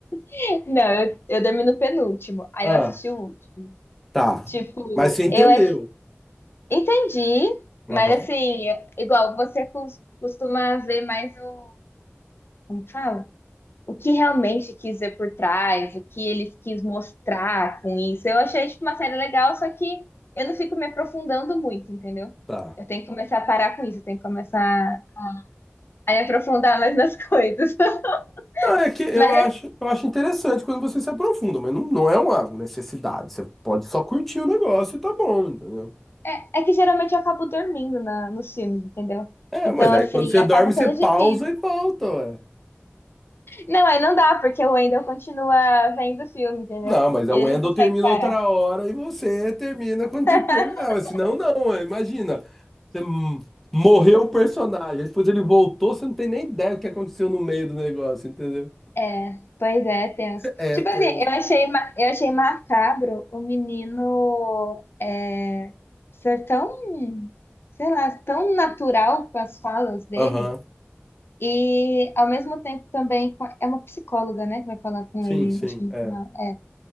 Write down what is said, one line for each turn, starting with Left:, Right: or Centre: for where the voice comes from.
Left: <laughs> Não, eu, eu dormi no penúltimo, aí
Centre: Ah,
Left: eu assisti o último.
Centre: tá.
Left: Tipo,
Centre: Mas você entendeu.
Left: eu ass- entendi,
Centre: Aham.
Left: mas assim, é- igual você cos- costuma ver mais o, como que fala? O que realmente quis ver por trás, o que ele quis mostrar com isso. Eu achei, tipo, uma série legal, só que eu não fico me aprofundando muito, entendeu?
Centre: Tá.
Left: Eu tenho que começar a parar com isso, eu tenho que começar a me aprofundar mais nas coisas. <laughs>
Centre: Não, é que eu
Left: Mas
Centre: acho, eu acho interessante quando você se aprofunda, mas não, não é uma necessidade. Você pode só curtir o negócio e tá bom, entendeu?
Left: É, é que geralmente eu acabo dormindo na, nos filmes, entendeu?
Centre: É,
Left: Então,
Centre: mas aí
Left: assim,
Centre: quando você
Left: acaba
Centre: dorme, você
Left: sendo
Centre: pausa
Left: difícil.
Centre: e volta, ué.
Left: Não, aí não dá, porque o Wendell continua vendo o filme, entendeu?
Centre: Não, mas a
Left: Ele
Centre: Wendell
Left: não consegue
Centre: termina
Left: parar.
Centre: outra hora e você termina quando
Left: <laughs>
Centre: tem que terminar. Mas Senão, não. é, Imagina. Você m- morreu o personagem. Depois ele voltou, você não tem nem ideia o que aconteceu no meio do negócio, entendeu?
Left: É, pois é, tenso.
Centre: É,
Left: Tipo
Centre: pois
Left: assim,
Centre: é.
Left: eu achei, ma- eu achei macabro o menino é, ser tão, sei lá, tão natural com as falas dele.
Centre: Aham.
Left: E ao mesmo tempo também com- é uma psicóloga, né, que vai falar com
Centre: Sim,
Left: ele,
Centre: sim.
Left: acho que no
Centre: É.
Left: final. É,